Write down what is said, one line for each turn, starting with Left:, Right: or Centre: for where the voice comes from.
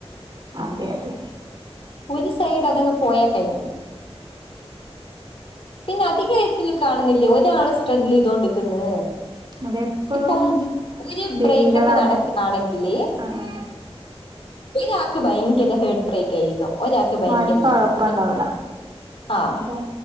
Right: അതെ അതെ
Left: ഒരു സൈഡ് അതങ്ങ് പോയാ കഴിഞ്ഞു പിന്നെ അധിക എഴുത്തിലും കാണുന്ന ഇ ഇല്ല ഒരാള് സ്ട്രഗിൾ ചെയ്തോണ്ട്ക്ക്ന്ന്
Right: അതെപ്പോഴും
Left: ഇപ്പം ഒരു
Right: സ്ത്രീകളാണ്
Left: ബ്രേക്കപ്പ് നടക്കയാണെങ്കില്
Right: ആഹ്
Left: ഒരാക്ക് ഭയങ്കര ഹേർട്ട് ബ്രേക്ക് ആയിരിക്കും ഒരാക്ക് ഭയങ്കര
Right: മോന്ക്ക് കൊഴപ്പണ്ടാവൂല
Left: നർമ്മ <unintelligible> ആ
Right: ഇതാ